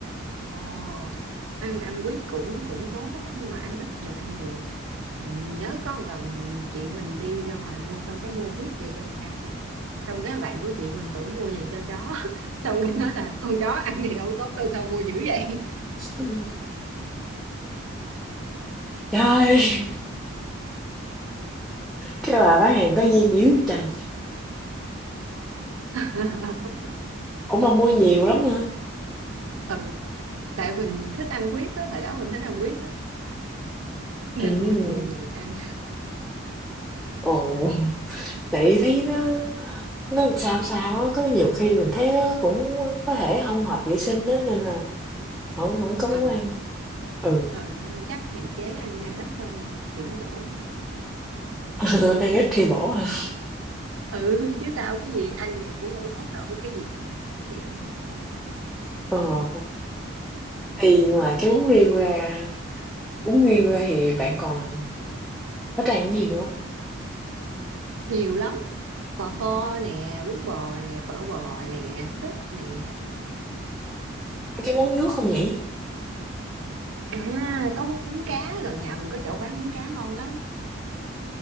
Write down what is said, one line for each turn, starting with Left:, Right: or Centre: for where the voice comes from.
Right: ồ ăn ăn quýt cũng cũng tốt á nhưng mà ăn ít đừng ăn nhiều Ừ, nhớ có một lần chị mình đi ra ngoài mua xong cái mua quýt về cho mình ăn xong cái bạn của chị mình tưởng mua về cho chó <laughs> xong cái nói là con chó ăn thì đâu tốt đâu sao mua dữ vậy
Centre: Ừm. Trời <laughs> ơi, cái bà bán hàng có duyên dữ vậy trời,
Right: <laughs>
Centre: ủa mà mua nhiều lắm hả?
Right: ừ tại mình thích ăn huyết á hồi đó mình thích ăn huyết á nên
Centre: Ừm,
Right: mua nhiều về ăn
Centre: ồ, tại thấy nó nó làm sao sao á, có nhiều khi mình thấy nó cũng có thể hông hợp vệ sinh á nên là Hổng hổng có muốn
Right: ừ
Centre: ăn. Ừ,
Right: ừ nên chắc hạn chế ăn ăn ít thôi thì nó bổ
Centre: <laughs> ăn ít thì bổ hả?
Right: ừ chứ sao cái gì ăn nhiều cũng đâu tốt đâu cái gì cũng vậy món gì cũng vậy
Centre: Ờ, thì ngoài cái bún riêu ra bún riêu ra thì bạn còn thích ăn cái gì nữa hông?
Right: nhiều lắm bò kho nè bún bò nè phở bò nè súp nè
Centre: Cái món nước không nhỉ?
Right: à có món bún cá gần nhà mình có chỗ bán bún cá ngon lắm